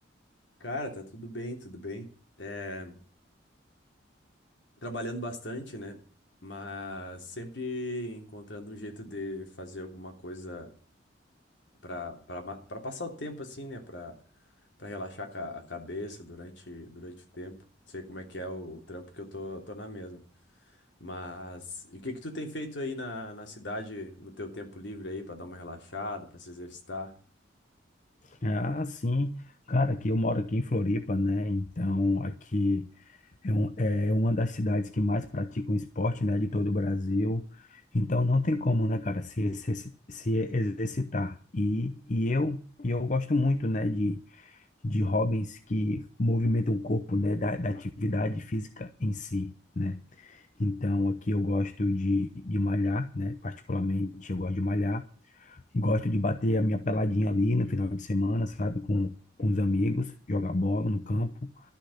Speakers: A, on the left (about 75°); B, on the left (about 40°).
A: Cara, tá tudo bem, tudo bem. É, trabalhando bastante, né? Mas sempre encontrando um jeito de fazer alguma coisa pra para passar o tempo assim, né? Pra para relaxar ca- a cabeça durante durante o tempo. Sei como é que é o, o trampo que eu tô, tô na mesma. Mas e o que que tu tem feito aí na, na cidade no teu tempo livre aí pra dar uma relaxada, pra se exercitar?
B: Ah, sim, cara, que eu moro aqui em Floripa, né? Então, aqui. É, um, é uma das cidades que mais praticam esporte, né, de todo o Brasil. Então não tem como, né, cara, se, exerci- se exercitar. E, e eu e eu gosto muito, né, de, de hobbies que movimentam o corpo, né, da, da atividade física em si, né. Então aqui eu gosto de, de malhar, né, particularmente eu gosto de malhar. Gosto de bater a minha peladinha ali no final de semana, sabe, com, com os amigos, jogar bola no campo